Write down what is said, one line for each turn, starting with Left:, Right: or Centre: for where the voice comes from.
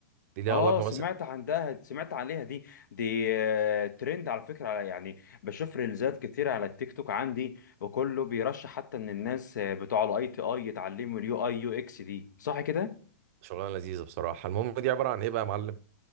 Right: دي ليها
Left: اه
Right: علاقه
Left: سمعت
Right: مثلا
Left: عندها سمعت عليها دي دي آه، ترند على فكره على- يعني بشوف ريلزات كتير على التيك توك عندي وكله بيرشح حتى ان الناس آه، بتوع الاي تي اي يتعلموا اليو اي يو اكس دي صح كده
Right: شغلانه لذيذه بصراحه المهم دي عباره عن ايه بقى يا معلم